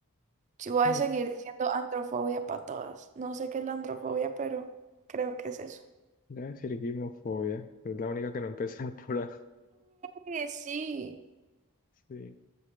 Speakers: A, on the right; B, on the left.
A: Si voy
B: Mm,
A: a seguir diciendo androfobia para todas. No sé qué es la androfobia, pero creo que es eso.
B: La cirquimofobia. Es la única que no empezó <laughs> por A.
A: Eh, Sí,
B: Sí.